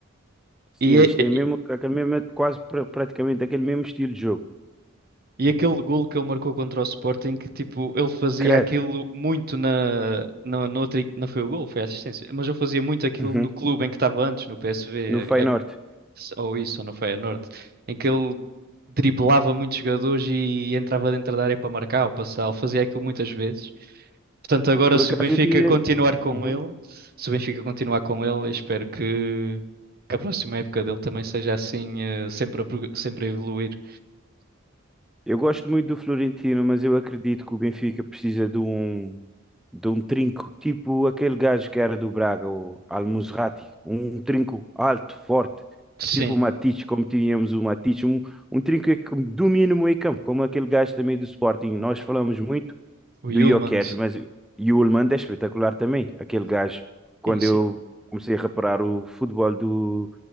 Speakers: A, in the centre; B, on the right.
A: Sim,
B: E,
A: eles
B: é-
A: têm mesmo
B: e,
A: aquele mesmo, quase pra- praticamente aquele mesmo estilo de jogo.
B: e aquele gol que ele marcou contra o Sporting, que tipo, ele fazia
A: Credo.
B: aquilo muito na, na, na outra, não foi o gol, foi a assistência, mas ele fazia muito aquilo
A: Uhum.
B: no clube em que estava antes, no PSV,
A: No Feyenoord.
B: a- ou isso, ou no Feyenoord, em que ele driblava muitos jogadores e entrava dentro da área para marcar ou passar, ele fazia aquilo muitas vezes. Portanto, agora
A: Por
B: se
A: acaso
B: o Benfica
A: eu tinha.
B: continuar com
A: Uhum.
B: ele, se o Benfica continuar com ele, eu espero que, que a próxima época dele também seja assim, eh, sempre a, prog- sempre a evoluir.
A: Eu gosto muito do Florentino, mas eu acredito que o Benfica precisa de um, de um trinco, tipo aquele gajo que era do Braga, o Al-Musrati. Um trinco alto, forte,
B: Sim,
A: tipo o Matic, como tínhamos o Matic. Um, um trinco que domina o meio-campo, como aquele gajo também do Sporting. Nós falamos muito
B: o
A: do
B: Yulmand.
A: Gyökeres, mas e o Oldman é espetacular também. Aquele gajo, quando
B: Sim, sim.
A: eu comecei a reparar o futebol do